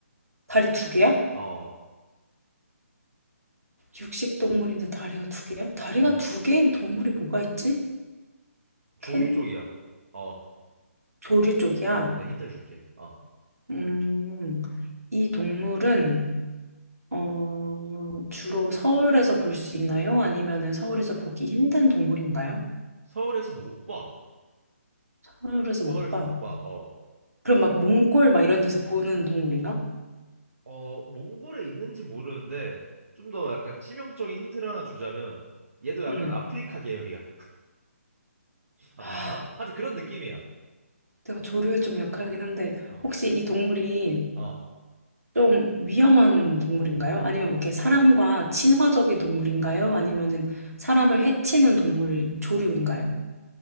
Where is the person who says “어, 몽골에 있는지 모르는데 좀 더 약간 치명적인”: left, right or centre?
Right